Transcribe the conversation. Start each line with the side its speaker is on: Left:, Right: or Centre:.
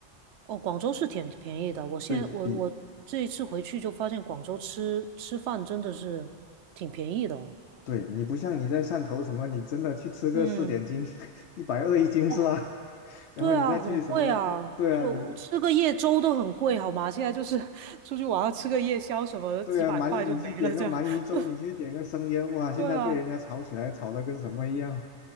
Right: 哦，广州是挺便宜的。我现在我我这一次回去就发现广州吃吃饭真的是挺便宜的哦。
Left: 对比对你不像你在汕头什么，你真的去吃个四点斤，
Right: 嗯，
Left: <laughs> 一百二一斤是吧？
Right: 哦，
Left: <laughs> 然后你再去什么那？
Right: 对啊，很贵啊，
Left: 对啊，
Right: 就吃个夜粥都很贵，
Left: 你
Right: 好吗？现在就是 <laughs> 出去晚上吃个夜宵什么的，
Left: 对啊，
Right: 几百块就没了这样。
Left: 鳗，你去点个鳗鱼粥，
Right: <laughs>
Left: 你去点个生腌，哇，现在被人家炒起来，
Right: 对啊，
Left: 炒的跟什么一样。